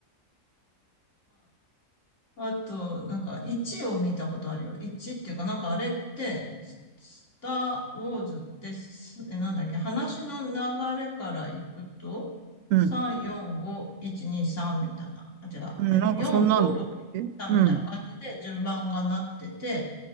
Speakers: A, on the left; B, on the right.
A: あと、なんか、1を見たことあるよ。1っていうか、なんかあれって、ススター・ウォーズってす、え、なんだっけ、話の流れからいくと、
B: うん、
A: 3、4、5、1、2、3みたいな。あ、違う。
B: うん、
A: えっと、
B: なんかそんなんなんだっけうん、
A: 4、5、6、3みたいな感じで順番がなってて、